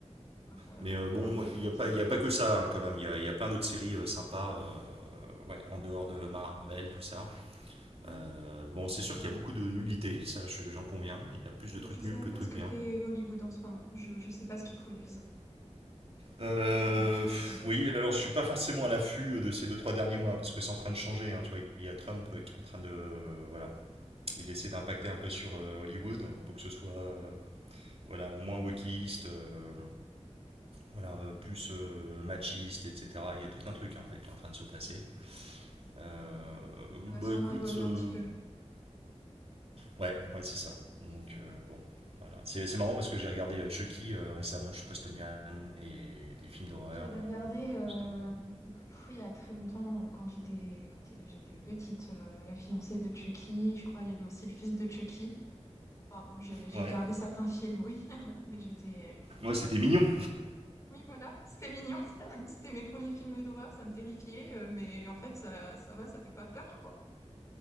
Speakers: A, on the left; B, on the right.
A: Ouais, ça,
B: Mais euh, bon,
A: clairement,
B: moi,
A: ça,
B: il n'y a, pas-
A: ça m'embête.
B: il y a pas que ça,
A: Enfin, ça
B: hein,
A: m'ennuie.
B: quand même. Il y a, il y a plein d'autres séries euh, sympas, euh, ouais, en dehors de Marvel, tout ça.
A: Oui,
B: Euh, bon, c'est sûr
A: bah,
B: qu'il y a beaucoup de nullité, ça, je- j'en conviens. Il y a plus
A: je,
B: de trucs
A: je sais
B: nuls
A: même
B: que
A: pas
B: de trucs
A: ce que
B: bien.
A: fait Hollywood en ce moment. Je, je sais pas ce qu'ils produisent. Si
B: Euh,
A: toi, t'as des pistes,
B: pff,
A: euh,
B: oui, alors je suis pas forcément à l'affût euh, de ces deux, trois derniers mois, parce que c'est en train de changer, hein, tu vois. Il y a Trump euh, qui est en train de... euh, voilà. Il essaie d'impacter un peu sur euh, Hollywood pour que ce soit euh, voilà, moins wokiste, euh, voilà, euh, plus euh, machiste, etc. Il y a tout un truc en fait qui est en train de se passer. Euh,
A: ça
B: bah
A: va sûrement
B: écoute,
A: évoluer
B: euh,
A: un petit peu.
B: ouais, ouais, c'est ça. Donc euh, bon, voilà. C'est c'est marrant parce que j'ai regardé euh, Chucky euh, récemment. Je sais pas si t'aimes bien les, les films d'horreur.
A: J'avais regardé,
B: euh,
A: euh,
B: c'est un-
A: donc, pff, il y a très longtemps, euh, quand j'étais quand j'étais petite, euh, La fiancée de Chucky. Je crois il y avait aussi le fils de Chucky. Enfin bon, j'ai j'ai
B: Ouais.
A: regardé certains films, oui, <laughs> mais j'étais...
B: Ouais, c'était mignon.
A: Oui, voilà, c'était mignon. <laughs> C'était mes premiers films d'horreur, ça me terrifiait, euh, mais en fait, ça, ça va, ça fait pas peur, quoi.